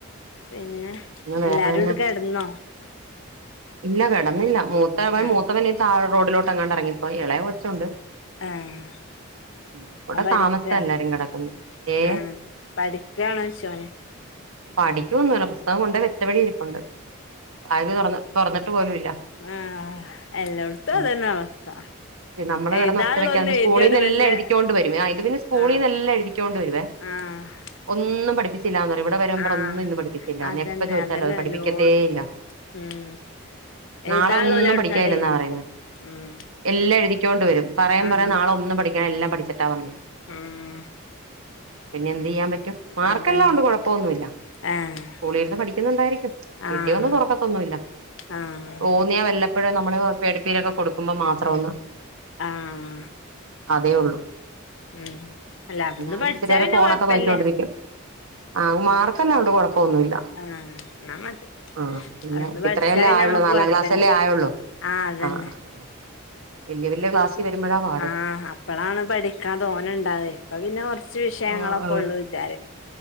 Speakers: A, on the left; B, on the right.
A: പിന്നെ
B: പിന്നെ വേറെന്നാ
A: എല്ലാരുട് കെടന്നോ
B: ഇല്ല കിടന്നില്ല മൂത്തവൻ
A: ആഹ്
B: മൂത്തവൻ താഴെ റോഡിലോട്ട് എങ്ങാണ്ട് എറങ്ങിപ്പോയി ഇളയ കൊച്ചുണ്ട്
A: ആഹ്
B: ഇവിടെ
A: അവൻ പഠിക്കാ
B: താമസിച്ചാ എല്ലാരും കിടക്കുന്നെ ഏ
A: ആഹ് പഠിക്കണോ ചോയിച്ചോന്
B: പഠിക്കൊന്നു അല്ല പുസ്തകം കൊണ്ട് വെച്ചവഴി ഇരിപ്പുണ്ട് ബാഗ് തുറന്ന് തുറന്നിട്ട് പോലും ഇല്ല
A: ആഹ് എല്ലോട്ത്തും
B: ഉം
A: അതെന്നെ അവസ്ഥ
B: നമ്മള്
A: എഴുതാള്ളൊന്നും
B: കെടന്ന് ഒച്ച വെക്കാണ്ട് സ്കൂളിൽ
A: എഴുതിയാണ്ട്
B: എല്ലാം
A: മെല്ലെ
B: എഴുതികോണ്ട് വരും ആഹ് ഇത് പിന്നെ സ്കൂളിൽന്ന്
A: ആഹ്
B: എല്ലം എഴുതിക്കോണ്ട് വരുവേ
A: ആഹ്
B: ഒന്നും പഠിപ്പിച്ചില്ലാന്ന് പറയും ഇവിടെ വരുമ്പോൾ
A: ആഹ്
B: ഒന്നും ഇന്നും പഠിപ്പിച്ചില്ല
A: അതന്നെ
B: എപ്പൊ ചോദിച്ചാലും
A: അതന്നെ
B: അത് പഠിപ്പിക്കത്തേ
A: എല്ലോട്ത്തും
B: ഇല്ല
A: ഉം
B: നാളെ
A: എഴ്താള്ളെ
B: ഒന്നും
A: ഓലവിട്ന്നാണ്ട്
B: പഠിക്കാനില്ലെന്നാ
A: എഴുതി
B: പറയുന്നെ
A: പോരും ഉം
B: എല്ലാം എഴുക്കൊണ്ട് വരും പറയം
A: ആഹ്
B: പറയും നാളെ ഒന്ന് പഠിക്കണ്ട എല്ലാം പഠിച്ചിട്ടാ വന്നേന്ന്
A: ഉം
B: പിന്നെ എന്ത് ചെയ്യാൻ പറ്റും മാർക്കെല്ലാം
A: അതന്നെ
B: ഉണ്ട് കൊഴപ്പൊന്നുല്ല
A: ആഹ്
B: സ്കൂളിൽ നിന്ന് പഠിക്കുന്നുണ്ടായിരിക്കും വീട്ടി
A: ആഹ്
B: വന്നാൽ തുറക്കത്തൊന്നുമില്ല
A: ആഹ്
B: തോന്നിയാ വല്ലപ്പോഴ് നമ്മൾ പേടിപ്പീരൊക്കെ കൊടുക്കുമ്പോ മാത്രം ഒന്ന്
A: ആഹ്
B: അതേ ഉള്ളു
A: ഉം അല്ല അവിടുന്ന്
B: പിന്നെ അവൻ
A: പഠിച്ചാ
B: ഇച്ചിരി നേരം
A: പിന്നെ
B: ഫോണൊക്കെ
A: കൊഴപ്പല്ല
B: നോക്കിക്കൊണ്ടിരിക്കും ആഹ മാർക്കല്ലാം ഉണ്ട് കൊഴപ്പൊന്നുമില്ല
A: ആഹ് എന്നാ മതി
B: ആഹ് പിന്നെ
A: അവിടുന്ന് പഠിച്ചാ പിന്നെ
B: ആയുള്ളൂ
A: നമ്മുക്ക്
B: നാലാം
A: കൊഴപ്പല്ലല്ലോ
B: ക്ലാസ്സ് അല്ലേ ആയുള്ളൂ
A: ആഹ് അതന്നെ
B: അ അ വലിയ വലിയ ക്ലാസ് വരുമ്പോഴാ പാട്
A: ആഹ അപ്പളാണ് പഠിക്കാൻ തോന്നെ ഉണ്ടവ ഇപ്പൊ പിന്നെ കുറച്ച് വിഷയങ്ങളൊക്കെ
B: ആ അതെ
A: ഉള്ളു
B: അതെ
A: വിചാരിക്ക